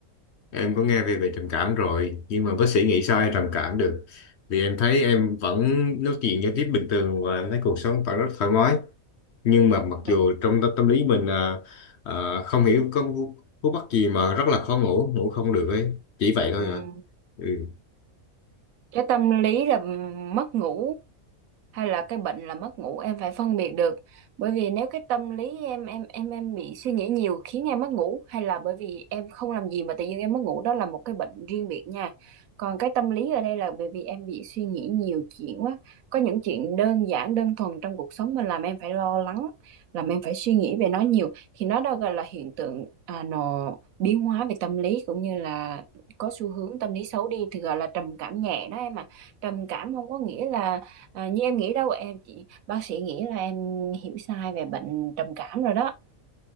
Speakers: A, on the left; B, on the right.
A: Em có nghe về về trầm cảm rồi nhưng mà bác sĩ nghĩ sao em trầm cảm được vì em thấy em vẫn nói chuyện giao tiếp bình thường và em thấy cuộc sống vẫn rất thoải mái nhưng mà mặc
B: Đúng.
A: dù trong tâm, tâm lý mình à, à, không hiểu có một cú bắt gì mà rất là khó ngủ ngủ không được ấy chỉ vậy thôi
B: Ừm,
A: à ừ.
B: Cái tâm lý là mất ngủ hay là cái bệnh là mất ngủ em phải phân biệt được bởi vì nếu cái tâm lý em em em em bị suy nghĩ nhiều khiến em mất ngủ hay là bởi vì em không làm gì mà tự nhiên em mất ngủ đó là một cái bệnh riêng biệt nha còn cái tâm lý ở đây là bởi vì em bị suy nghĩ nhiều chuyện quá có những chuyện đơn giản đơn thuần trong cuộc sống mà làm em phải lo lắng làm em phải suy nghĩ về nó nhiều thì nó đó gọi là hiện tượng à, nó biến hóa về tâm lý cũng như là có xu hướng tâm lý xấu đi thì gọi là trầm cảm nhẹ đó em ạ trầm cảm không có nghĩa là À, như em nghĩ đâu em chị bác sĩ nghĩ là em hiểu sai về bệnh trầm cảm rồi đó